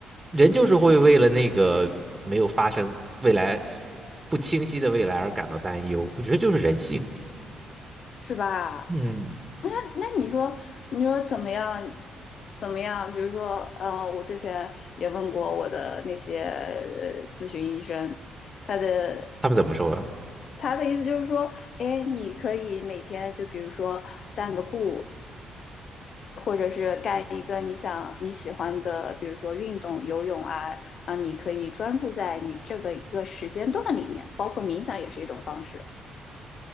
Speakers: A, on the right (about 15°); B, on the left (about 55°).
A: 人就是会为了那个没有发生未来不清晰的未来而感到担忧。我觉得就是人性。
B: 是吧？
A: 嗯
B: 那那你说，你说怎么样？怎么样？比如说，呃，我之前也问过我的那些呃咨询医生，他的
A: 他们怎么说啊
B: 他的意思就是说，哎，你可以每天就比如说散个步，或者是干一个你想你喜欢的，比如说运动、游泳啊，让你可以专注在你这个一个时间段里面，包括冥想也是一种方式。